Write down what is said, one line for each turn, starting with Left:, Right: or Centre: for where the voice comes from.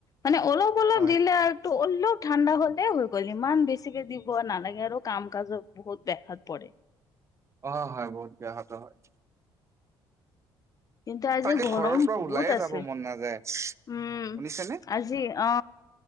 Left: মানে অলপ অলপ
Right: হয়
Left: দিলে আৰ টো অলপ ঠাণ্ডা হ'লেই হৈ গ'ল ইমান বেছিকে দিব নালাগে আৰু কাম কামত বহুত দেখাত পৰে।
Right: অ হয় বহুত বেয়া হত হয়।
Left: কিন্তু আজি
Right: তাকে
Left: গৰম
Right: ঘৰৰ পৰা
Left: বহুত
Right: ওলাইয়ে
Left: আছিল
Right: যাব মন নাযায়, শুনিছা
Left: উম
Right: নে?
Left: আজি অ